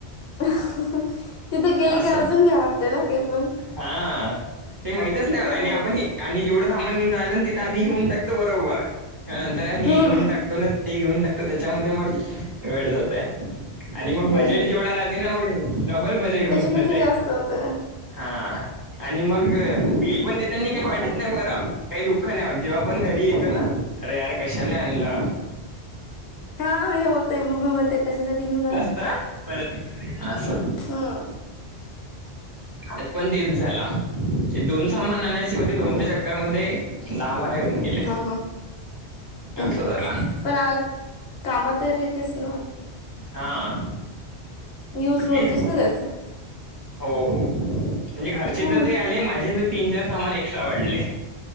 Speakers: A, on the left; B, on the right.
A: हहह तिथं गेले
B: असं
A: की अजून घ्याव वाटतं ना काही पण
B: हा ते माहितच नाही
A: तर
B: आणि
A: आहेच
B: आपण हे आणि जेवढं सामान राहिलं ना तिथं आधी घेऊन टाकतो बरोबर नंतर हे
A: हम्म
B: घेऊन टाकतो ना ते घेऊन टाकतो त्याच्यामध्ये मग वेट जातोय आणि मग बजेट
A: वेळ जातच
B: जेवढा राहते ना मग डबल बजेट होऊन
A: त्याच्यापेक्षा
B: जाते
A: जास्त होतय
B: हा आणि मग बिल पण देताना काही वाटत नाही बरं काही दुःख नाही होत जेव्हा आपण घरी येतो ना अरे यार कशाला आणला
A: हा हे होतय मम्मी मी म्हणते कशासाठी घेऊन आला
B: तर मी पण असं
A: हम्म
B: आज पण तेच झाला ते दोन सामान आणायच होती दोनच्या
A: हो ना
B: चक्करमध्ये दहा बारा येऊन गेले
A: हा हा हम्
B: अस झाला
A: पण आ काम तर येतेच ना
B: हा
A: यूज
B: नाहीच
A: होतेच ना त्याच
B: हो हो म्हणजे घरचे
A: हा
B: तर ते आले माझे तीन-चार सामान एक्स्ट्रा वाढले